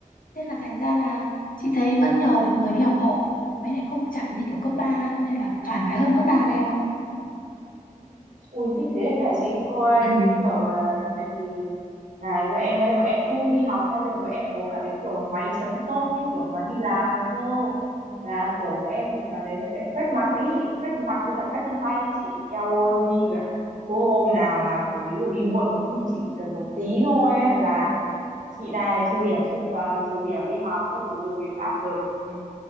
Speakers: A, on the left (about 80°); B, on the right (about 65°).
A: Thế là thành ra là chị thấy vẫn nhờ được người đi học hộ. Mới lại không chặt như kiểu cấp 3 ấy, cho nên là thoải mái hơn cấp 3 đấy em ạ.
B: Ui thích thế hả chị? Ôi
A: Ừ.
B: cái kiểu là tại vì này bọn em đây bọn em cứ đi học nha bây giờ bọn em có cả cái kiểu máy chấm công như kiểu mà đi làm rồi cơ là kiểu bọn em vào đấy là bọn em quét mặt ý quét mặt với cả quét vân tay nha chị eo ơi em đi cả cô hôm nào mà kiểu ví dụ đi muộn một tí chị cần một tí thôi ấy, là chị này trừ điểm xuyên tuần trừ điểm đi học các thứ ui, em áp lực em